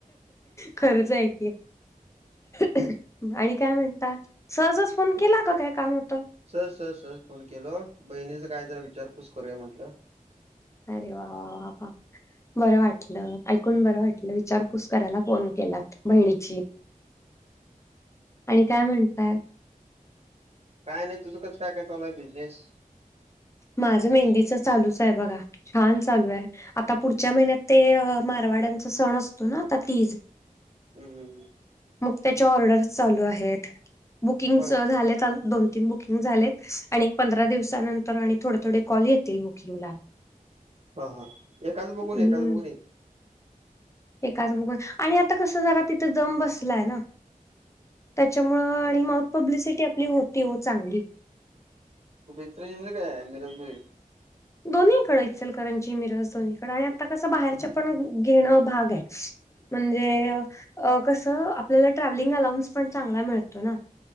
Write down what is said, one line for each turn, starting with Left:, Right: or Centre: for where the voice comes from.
Left: खरंच आहे की आणि काय म्हणता सहजच फोन केला का काय काम होतं
Right: सर सर सर फोन केल बहिणीच काय जरा विचारपूस करूया म्हटलं
Left: अरे वा वा बरं वाटलं ऐकून बरं वाटलं विचारपूस करायला फोन केलात बहिणीची
Right: <inaudible>
Left: आणि काय म्हणतय
Right: काय नाही तुझं कसं काय काय चालूय बिझनेस
Left: माझं मेहंदीच चालूच आहे बघा छान चालू आहे आता पुढच्या महिन्यात ते मारवाड्यांचा सण असतो ना आता तीज
Right: हमं हं
Left: मग त्याच्या ऑर्डर चालू आहेत बुकिंग
Right: होय
Left: झा दोन तीन बुकंग झालेत आणि एक पंधरा दिवसानंतर आणि थोडे थोडे कॉल येतील बुकिंगला
Right: हा हा एकाच बघून
Left: हम्म
Right: एकाच बघून
Left: एकाच बघून आणि आता कसं जरा तिथं जम बसलाय ना त्याच्यामुं आणि माउथ पब्लिसिटी आपली होती हो चांगली
Right: कुठे इतरांमध्येध्ये काय मिरज म
Left: दोन्ही कड इ सलकरंजी मिरज दोन्हीकडें आणि आता कसं बाहेरच्या पण घेणं भाग आहे म्हणजे कस आपल्याला ट्रॅव्हलिंग अलाउन्स पण चांगला मिळतो ना